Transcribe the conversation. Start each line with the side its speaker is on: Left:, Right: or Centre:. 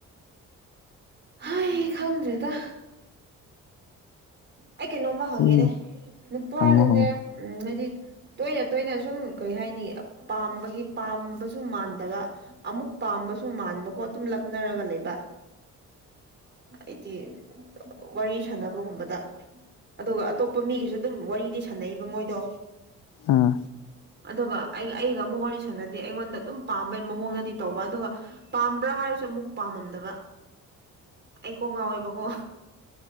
Right: ꯍ ꯈꯪꯗ꯭ꯔꯦꯗ ꯑꯩ ꯀꯩꯅꯣꯝꯃ ꯍꯪꯒꯦꯅꯦ
Left: ꯃꯤ
Right: ꯅꯨꯄꯥꯗꯁꯦ
Left: ꯍꯪꯉꯣ ꯍꯪꯉꯣ
Right: ꯎꯝ ꯍꯥꯏꯗꯤ ꯇꯣꯏꯅ ꯇꯣꯏꯅ ꯁꯨꯝ ꯀꯩ ꯍꯥꯏꯅꯤ ꯄꯥꯝꯕꯒꯤ ꯄꯥꯝꯕꯁꯨ ꯃꯥꯟꯗꯕ ꯑꯃꯨꯛ ꯄꯥꯝꯕꯁꯨ ꯃꯥꯟꯕꯀꯣ ꯑꯗꯨꯝ ꯂꯛꯅꯔꯒ ꯂꯩꯕ ꯍꯥꯏꯗꯤ ꯋꯥꯔꯤ ꯁꯥꯟꯅꯕꯒꯨꯝꯕꯗ ꯑꯗꯨꯒ ꯑꯇꯣꯞꯄ ꯃꯤꯒꯤꯁꯨ ꯑꯗꯨꯝ ꯋꯥꯔꯤꯗꯤ ꯁꯥꯟꯅꯩꯕ ꯃꯣꯏꯗꯣ
Left: ꯑꯥ
Right: ꯑꯗꯨꯒ ꯑꯩꯒ ꯑꯩꯒ ꯑꯃꯨꯛ ꯋꯥꯔꯤ ꯁꯥꯟꯅꯗꯦ ꯑꯩꯉꯣꯟꯗ ꯑꯗꯨꯝ ꯄꯥꯝꯕꯩ ꯃꯑꯣꯡꯗꯗꯤ ꯇꯧꯕ ꯑꯗꯨꯒ ꯄꯥꯝꯕ꯭ꯔꯥ ꯍꯥꯏꯔꯁꯨ ꯑꯃꯨꯛ ꯄꯥꯝꯃꯝꯗꯕ ꯑꯩ ꯀꯣ ꯉꯥꯎꯋꯦꯕꯀꯣ